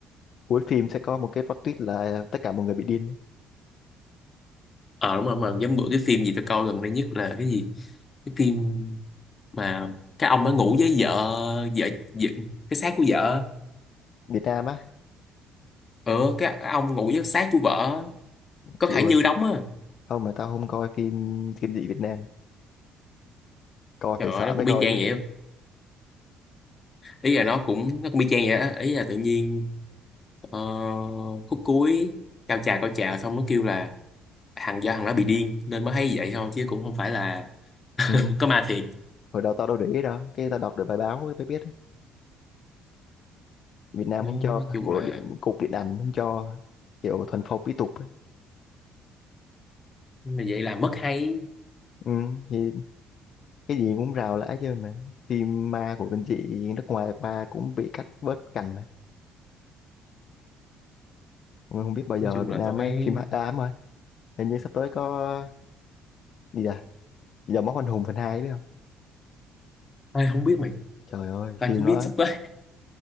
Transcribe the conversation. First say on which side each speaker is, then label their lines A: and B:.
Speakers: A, on the left (about 55°); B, on the left (about 30°).
A: cuối phim sẽ có một cái plot twist là tất cả mọi người bị điên. ấy.
B: ờ đúng rồi mà giống bữa cái phim gì tôi coi gần đây nhất là cái gì? Cái phim mà cái ông đã ngủ với vợ vợ, vợ cái xác của vợ.
A: Việt Nam á,
B: Ừ, cái ông ngủ với xác của vợ có
A: chịu
B: Khải
A: rồi.
B: Như đóng á.
A: Không mà tao không coi phim kinh dị Việt Nam, coi
B: Trời
A: phải
B: ơi,
A: sợ
B: nó
A: mới
B: cũng
A: coi
B: y chang
A: chứ.
B: vậy. á. Ý là nó cũng nó cũng y chang vậy á. Ý là tự nhiên ờ, khúc cuối cao trào cao trào xong nó kêu là thằng do thằng đó bị điên nên mới thấy vậy thôi chứ cũng không phải là
A: Ừ.
B: <laughs> có ma thiệt
A: Hồi đầu tao đâu để ý đâu, cái tao đọc được bài báo mới biết Việt Nam
B: Ừ, nói,
A: không cho
B: nói chung
A: bộ
B: là
A: điện, cục điện ảnh không cho kiểu thuần phong mỹ tục ấy.
B: mà vậy là mất hay
A: ừ, thì cái gì cũng rào lã chứ mà phim ma của bên chị nước ngoài qua cũng bị cắt bớt cảnh mà Mà không biết bao giờ
B: nói chung
A: Việt
B: là
A: Nam
B: tôi
A: mới
B: thấy
A: phim hạ ám đúng rồi hình như sắp tới có gì à giờ Móc Anh Hùng phần 2 biết không
B: Ê, không biết mày
A: trời ơi
B: tao
A: phim
B: chỉ biết
A: đó
B: sắp tới